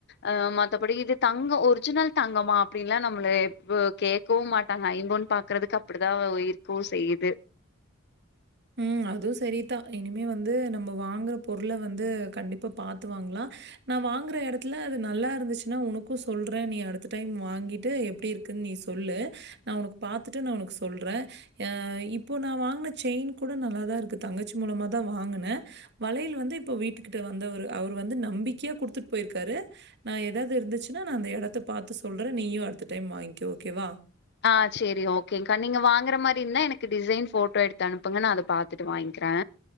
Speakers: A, on the left (about 55°); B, on the right (about 55°).
A: ஆ மத் தபடி இது தங் கோ ஒரிஜினல் தங்கமா அப்டின்ல்லா நம்மள எப் அ கேக்கவு மாட்டாங்க ஐம்போன் பாக்கறதுக்கு அப் இப்டிதா உயிர்க்கு செய்யிது
B: ம் அதுவு செரிதா இனிமே வந்து நம்ம வாங்குற பொருள வந்து கண்டிப்பா பாத்து வாங்ளா நா வாங்குற எடத்துல அது நல்லா இருந்துச்சுன்னா உனக்கு சொல்றே நீ அடுத்த டைம் வாங்கிட்டு எப்டி இருக் கு நீ சொல்லு நா உனக் பாத்துட்டு நா உனக் சொல்றே அ இப்போ நா வாங்குன செயின் கூட நல்லா தா இருக்கு தங்கச்சி மூலமாக தா வாங்குனே வளையல் வந்து இப்ப வீட்டுக்கிட்ட வந்தவரு அவரு வந்து நம்பிக்கையா குடுத்துட்டு போயிருக்காரு நா எதாவ்து இருந்துச்சுன்னா நா அந்த எடத்த பாத்து சொல்றே நீயு அடுத்த டைம் வாய்ங்கோ ஓகே வா
A: ஆ செரி ஓகேங்க்கா நீங்க வாங்குற மாரி இருந்தா எனக்கு டிசைன் போட்டோ எடுத்து அனுப்புங்க நா அத பாத்து ட்டு வாங்கிறே